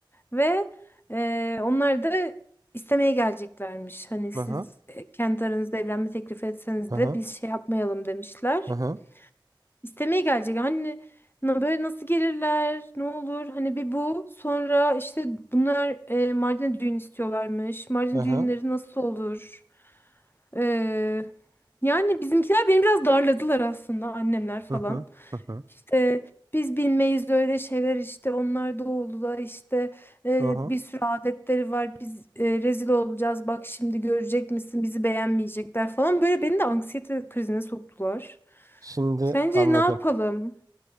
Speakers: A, on the left; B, on the right.
A: ve eee, onlar da istemeye geleceklermiş. Hani siz
B: Hı hı.
A: e, kendi aranızda evlenme teklif etseniz
B: Hı hı.
A: de biz şey yapmayalım demişler.
B: Hı hı.
A: İstemeye gelecek. Hani na- böyle nasıl gelirler? Ne olur? Hani bir bu. Sonra işte bunlar e, Mardin'e düğün istiyorlarmış. Mardin
B: Hı hı.
A: düğünleri nasıl olur? Ee, yani bizimkiler beni biraz darladılar aslında annemler falan.
B: Hı hı. Hı hı.
A: İşte biz bilmeyiz öyle şeyler işte onlar doğulu da işte e,
B: Hı hı.
A: bir sürü adetleri var biz e, rezil olacağız bak şimdi görecek misin bizi beğenmeyecekler falan böyle beni de anksiyete krizine soktular.
B: Şimdi
A: Sence
B: anladım.
A: ne yapalım?